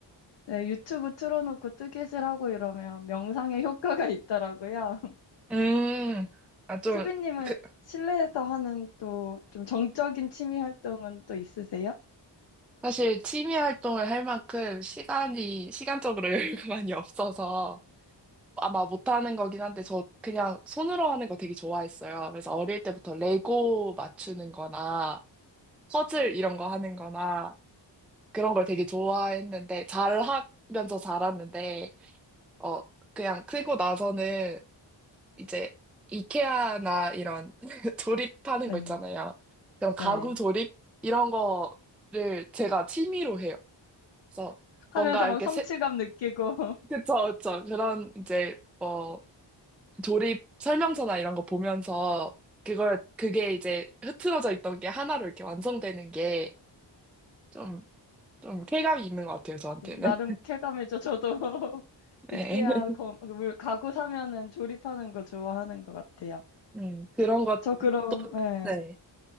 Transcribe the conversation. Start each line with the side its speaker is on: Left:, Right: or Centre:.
Left: 네, 유튜브 틀어놓고 뜨개질하고 이러면 명상에 효과가 있더라고요.
Centre: 음, 아, 좀,
Left: 수빈님은
Centre: 그,
Left: 실내에서 하는 또 좀 정적인 취미 활동은 또 있으세요?
Centre: 사실 취미 활동을 할 만큼 시간이, 시간적으로 <laughs> 여유가 많이 없어서 아마 못하는 거긴 한데 저 그냥 손으로 하는 거 되게 좋아했어요. 그래서 어릴 때부터 레고 맞추는 거나 퍼즐 이런 거 하는 거나 그런 걸 되게 좋아했는데 잘 하면서 자랐는데 어 그냥 크고 나서는 이제 이케아나 이런 <laughs> 조립하는
Left: 네,
Centre: 거 있잖아요. 그런 가구
Left: 네.
Centre: 조립 이런 거를 제가 취미로 해요. 그래서
Left: 하면서
Centre: 뭔가
Left: 막
Centre: 이렇게
Left: 성취감
Centre: 세,
Left: 느끼고 <laughs>
Centre: 그쵸, 그쵸. 그런 이제 뭐 조립 설명서나 이런 거 보면서 그걸 그게 이제 흐트러져 있던 게 하나로 이렇게 완성되는 게 좀 좀 쾌감이 있는 것 같아요 저한테는
Left: 나름 쾌감이죠. 저도 <laughs>
Centre: <laughs>
Left: 이케아
Centre: 네
Left: 거, 물- 가구 사면은 조립하는 거 좋아하는 것 같아요.
Centre: 음, 그런 것도
Left: 저 그럼 예.
Centre: 네